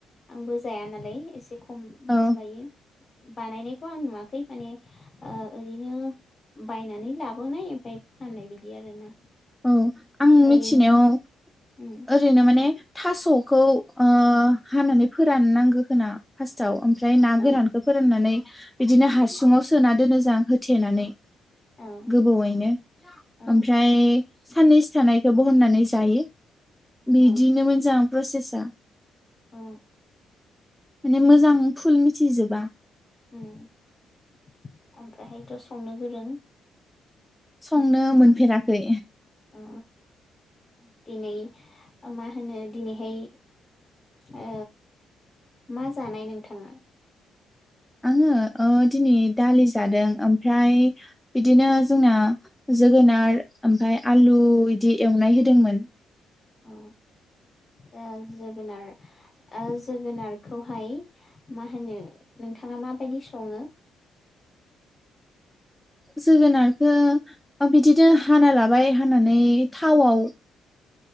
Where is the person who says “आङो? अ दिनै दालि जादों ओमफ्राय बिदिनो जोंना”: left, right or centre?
Centre